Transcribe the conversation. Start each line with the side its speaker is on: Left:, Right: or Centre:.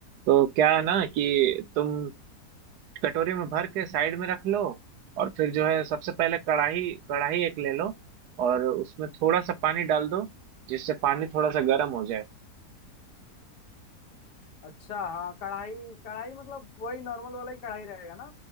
Right: तो क्या है ना कि तुम कटोरी में भर के साइड में रख लो और फिर जो है सबसे पहले कढ़ाई कढ़ाई एक ले लो और उसमें थोड़ा सा पानी डाल दो जिससे पानी थोड़ा सा गर्म हो जाए
Left: अच्छा हाँ कढ़ाई कढ़ाई मतलब वही नॉर्मल वाला ही कढ़ाई रहेगा ना